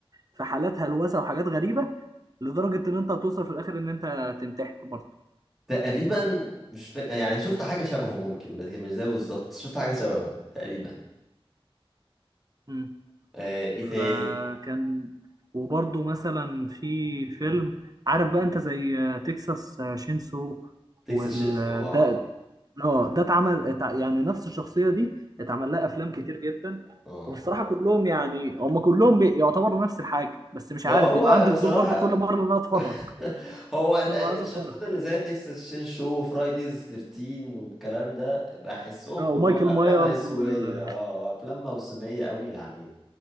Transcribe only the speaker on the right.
في حالات هلوسه وحاجات غريبه لدرجه ان انت هتوصل في الاخر ان انت تنتحر برضه
مم.
فكان وبرضه مثلا في فيلم عارف بقى انت زي تكساس شينسو
وال
ده اه ده اتعمل اتع- يعني نفس الشخصيه دي اتعمل لها افلام كتير جدا
والصراحه كلهم يعني هم كلهم بي- يعتبروا نفس الحاجه بس مش
عارف
بيبقى عندي
فضول برضه كل مره ان انا اتفرج
انا
ببقى عايز اتفرج
اه
ومايكل
مايرز
وال